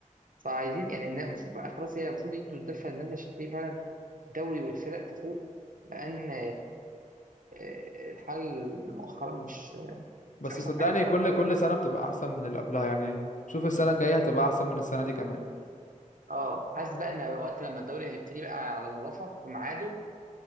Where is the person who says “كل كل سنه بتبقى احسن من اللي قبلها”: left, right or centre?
Left